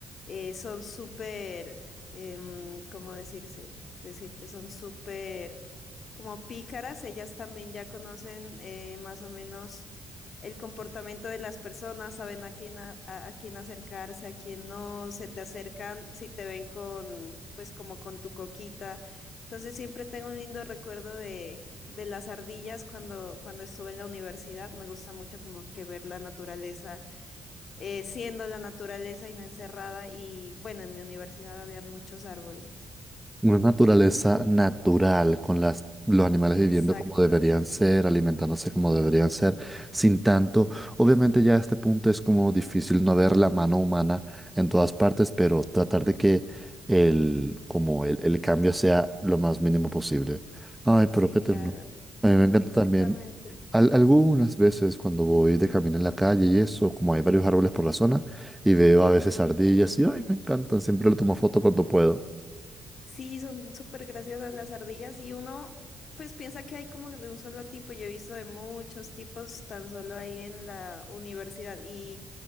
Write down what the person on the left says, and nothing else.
Eh, son súper, em, ¿cómo decirse? Decirte, son súper como pícaras, ellas también ya conocen eh, más o menos el comportamiento de las personas, saben a quién, a, a- a quién acercarse, a quién no, se te acercan si te ven con, pues como con tu coquita entonces siempre tengo un lindo recuerdo de, de las ardillas cuando, cuando estuve en la universidad. Me gusta mucho como que ver la naturaleza, eh, siendo la naturaleza y no encerrada. Y bueno, en mi universidad habían muchos árboles.
Exacto.
Sí,
claro.
Exactamente.
Sí, son súper graciosas las ardillas y uno pues piensa que hay como de un solo tipo. Yo he visto de muchos tipos tan solo ahí en la universidad y